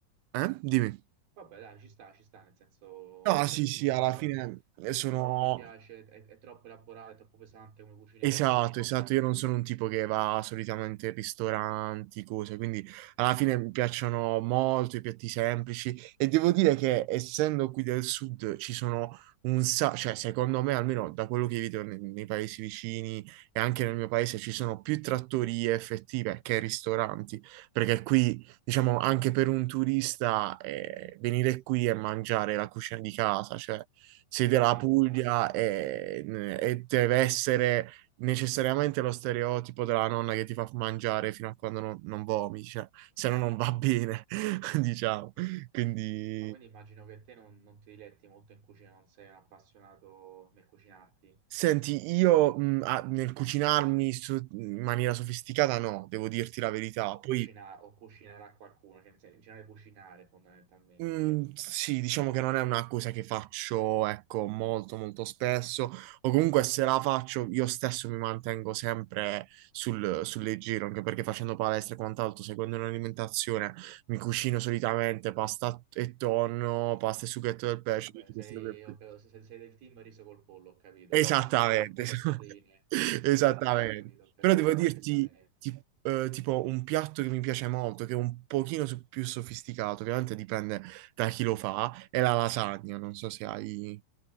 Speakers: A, on the right; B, on the right.
A: eh? Dimmi.
B: Vabbè, dai, ci sta, ci sta, nel senso,
A: No,
B: ma perché
A: sì,
B: non,
A: sì, alla
B: non-
A: fine eh, sono,
B: non ti piace, è, è troppo elaborato, è troppo pesante come cucina
A: Esatto,
B: e quindi non,
A: esatto, io non sono un tipo che va solitamente in ristoranti, cose, quindi alla fine mi piacciono molto i piatti semplici e devo dire che essendo qui del sud ci sono un sacco, cioè secondo me almeno da quello che vedo ne- nei, paesi vicini e anche nel mio paese ci sono più trattorie effettive che ristoranti, perché qui diciamo anche per un turista eh, venire qui e mangiare la cucina di casa, cioè sei della
B: Sì,
A: Puglia
B: infatti. non-
A: e e deve essere necessariamente lo stereotipo della nonna che ti fa mangiare fino a quando non, non vomiti, cioè, se no non va bene, <laughs> diciamo. Quindi,
B: Ma quindi immagino che te non, non ti diletti molto in cucina, non sei un appassionato nel cucinarti
A: senti, io mh, a- nel cucinarmi so- in maniera sofisticata no, devo dirti la verità.
B: o,
A: Poi
B: cucina, o cucinerà qualcuno, cioè in sen- in generale cucinare fondamentalmente.
A: Mm, sì, diciamo che non è una cosa che faccio, ecco, molto molto spesso, o comunque se la faccio io stesso mi mantengo sempre sul, sul leggero, anche perché facendo palestra e quant'altro, seguendo un'alimentazione, mi cucino solitamente pasta e tonno, pasta e sughetto del pesce,
B: Vabbè,
A: tutte queste
B: sei,
A: cose qui.
B: ho capito, se- se sei del team riso col pollo, ho capito.
A: Esattamente,
B: Riso col pollo
A: <laughs>
B: e proteine.
A: esattamente.
B: Vabbè, ho capito, ho capito
A: Però devo
B: perfettamente.
A: dirti, ti- eh, tipo, un piatto che mi piace molto, che è un pochino so- più sofisticato, che ovviamente dipende da chi lo fa, è la lasagna. Non so se hai...